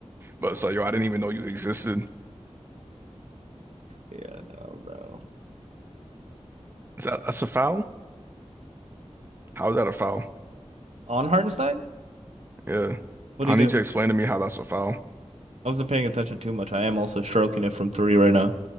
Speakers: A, on the right; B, on the right.
A: But so yo, I didn't even know you existed.
B: yeah, no, bro.
A: Is that that's a foul? How is that a foul?
B: On Hartenstein?
A: Yeah,
B: what
A: I
B: do you do?
A: need you to explain to me how that's a foul.
B: I wasn't paying attention too much. I am also stroking it from three right now.